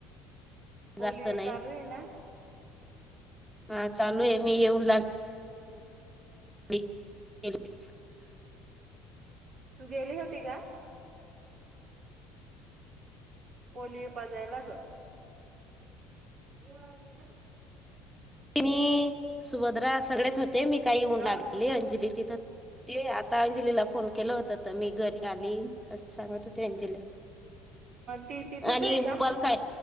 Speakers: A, on the right (about 50°); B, in the centre.
A: पोलिओ
B: जास्त नाही
A: चालू आहे ना.
B: हा चालू आहे मी येऊन लाग
A: च <inaudible>
B: <inaudible>
A: तू गेली होती का? पोलिओ पाजाय लाग. य
B: मी सुभद्रा सगळेच होते मी काही येऊन
A: हा
B: लागलेली अंजली तिथं ते आता अंजलीला फोन केला होत तर मी घरी आली, असं सांगत होते अंजली.
A: ती तिथेच
B: आणि
A: आहे का?
B: मोबाल काय